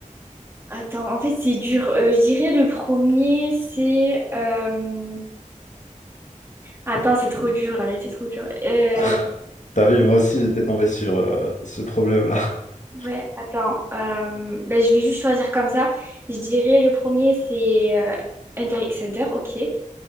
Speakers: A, on the right (about 20°); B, on the left (about 65°).
A: Attends, en fait, c'est dur. Euh, je dirais le premier, c'est. euh, Attends, c'est trop dur, la vérité, c'est trop dur. Euh,
B: <laughs> T'as vu, moi aussi j'étais tombé sur euh, ce problème-là. <laughs>
A: Ouais, attends. euh, ben, je vais juste choisir comme ça. Je dirais le premier, c'est euh, Inter X Center, ok.